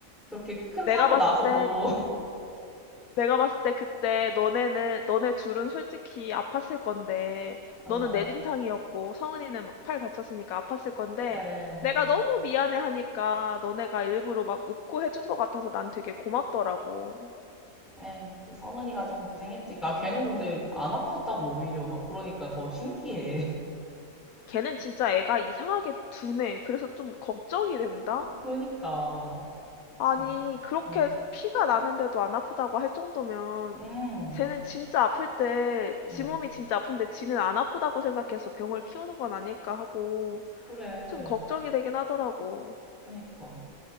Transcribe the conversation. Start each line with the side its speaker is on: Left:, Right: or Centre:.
Centre: 그렇게 큰
Left: 내가
Centre: 사고
Left: 봤을
Centre: 나서도.
Left: 때
Centre: <laughs>
Left: 내가 봤을 때 그때 너네는, 너네 둘은 솔직히 아팠을 건데,
Centre: 어,
Left: 너는
Centre: 어,
Left: 내진탕이었고, 성은이는 막 팔 다쳤으니까 아팠을 건데,
Centre: 그래.
Left: 내가
Centre: 어.
Left: 너무 미안해 하니까 너네가 일부러 막 웃고 해준 것 같아서 난 되게 고맙더라고.
Centre: 에이, 성은이가 좀 고생했지. 아, 걔는 근데 안 아팠다고 오히려 막 그러니까 더 신기해.
Left: 걔는 진짜 애가 이상하게 둔해. 그래서 좀 걱정이 된다?
Centre: <laughs> 그니까
Left: 아니,
Centre: 참.
Left: 그렇게
Centre: 음.
Left: 피가 나는데도 안 아프다고 할 정도면,
Centre: 음.
Left: 쟤는 진짜 아플 때, 지
Centre: 음.
Left: 몸이 진짜 아픈데 지는 안 아프다고 생각해서 병을 키우는 건 아닐까 하고,
Centre: 그래.
Left: 좀 걱정이 되긴 하더라고.
Centre: 그니까.